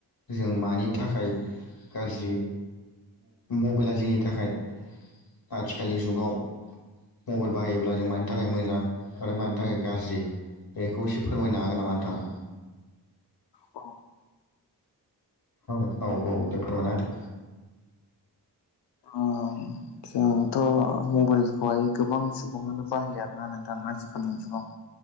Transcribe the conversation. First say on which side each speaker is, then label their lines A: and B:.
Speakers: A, on the left; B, on the left.
A: जों मानि थाखाय गाज्रि मबाइला जोंनि थाखाय आथिखालनि जुगाव मबाइल बाहाय योब्ला जों मानि थाखाय मोजां आरो मानि थाखाय गाज्रि बेखौ एसे फोरमायनो हागोन नामा नोंथाङा?
B: अ
A: औ दे औ औ दे फोरमायना होदो
B: अ जोंथ' मबाइलजों खौहाय गोबां सुबुङानो बाहायो आरोना नोंथां आजिखालिनि जुगाव